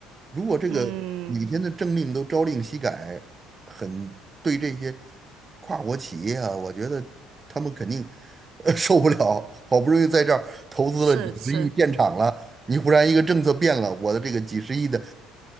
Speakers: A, on the right; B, on the right.
A: 如果这个每天的政令都朝令夕改，
B: 嗯，
A: 很对这些跨国企业啊，我觉得他们肯定 <laughs> 呃受不了。好不容易在这儿投资了几十亿建厂了。
B: 是是。
A: 你忽然一个政策变了，我的这个几十亿的